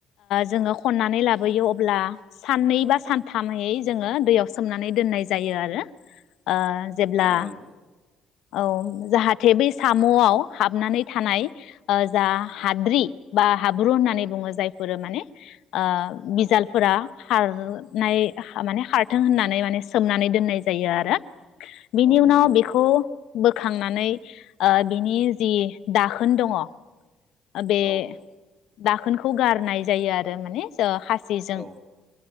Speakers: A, on the left (about 75°); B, on the right (about 30°).
A: जोङो खननानै लाबोयो अब्ला साननै बा सानथामै जोङो दैयाव सोमनानै दोननाय जायो। आरो ओ जेब्ला
B: औ नोंगौ
A: औ जाहाथे बै सामआव हाबनानै थानाय जा हाद्रि बा हाब्रु होननानै बुङो जायफोरो माने ओ
B: औ
A: बिजालफोरा खारनाय माने खारथों होननानै माने सोमनानै दोननाय जायो। आरो बिनि
B: औ
A: उनाव
B: नंगौ
A: बिखौ बोखांनानै ओ बिनि जि दाखो होन दङ। ओ बे
B: औ
A: दाखोनखौ गारनाय जायो आरो माने जो खास जेजों
B: औ